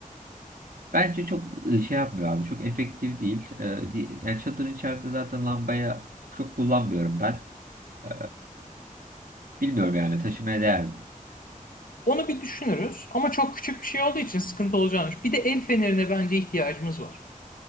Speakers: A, on the right; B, on the left.
A: Bence çok e, şey yapmıyor abi. Çok efektif değil. E, di- yani çadırın içerisinde zaten lambaya çok kullanmıyorum ben. E, Bilmiyorum yani taşımaya değer mi?
B: Onu bir düşünürüz ama çok küçük bir şey olduğu için sıkıntı olacağını. düşün- Bir de el fenerine bence ihtiyacımız var.